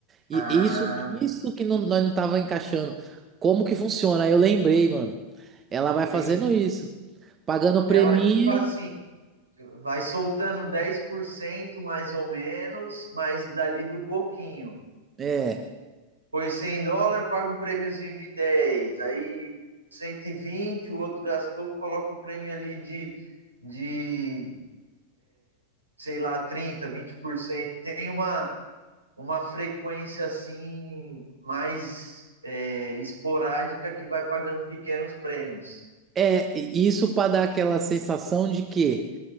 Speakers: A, on the right (about 25°); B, on the right (about 80°).
A: E
B: ah,
A: isso, isso que não- nós não tava encaixando. Como que funciona? Aí eu lembrei, mano. Ela
B: entendi.
A: vai fazendo isso, pagando o
B: Ela,
A: preminho.
B: tipo assim, vai soltando 10% mais ou menos, mas dali do pouquinho.
A: É,
B: Foi 100 dólares, paga um prêmiozinho de 10. Aí 120, o outro gastou, coloca um prêmio ali de de, sei lá, trinta vinte por cento tem uma, uma frequência assim mais é, esporádica que vai pagando pequenos prêmios.
A: é e isso para dar aquela sensação de que